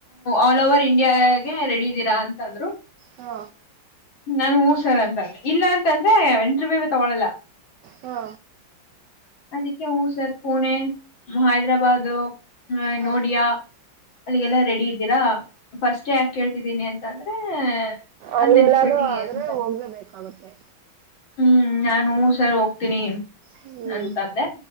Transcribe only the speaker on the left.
ಆಲ್ ಓವರ್ ಇಂಡಿಯಾಗೆ ರೆಡಿ ಇದ್ದೀರಾ ಅಂತಂದ್ರು
ನಾನನ್ ಹಊ ಸರ್ ಅಂತ ಇಲ್ಲಾಂತಂದ್ರೆ ಇಂಟರ್ವ್ಯೂ ತಗೊಳಲ್ಲ
ಅದಕ್ಕೆ ಹ ಸರ್ ಪುಣೆ ಹೈದ್ರಾಬಾದದು ಹ
ನೋಡಿಯಾ ಅಲ್ಲಿಗೆಲ್ಲಾ ರೆಡಿ ಇದ್ದೀರಾ ಫಸ್ಟ್ ಯಾಕೆ ಕೇಳ್ತಿದ್ದೀನಿ ಅಂತ ಅಂದ್ರೆ
ಅದ್ ನೆಸೆಸಿಟಿ
ಅಂತ
ಹ್ಮ್ ನಾನು ಸರ್ ಹೋಗ್ತೀನಿ
ಅಂತಂದೆ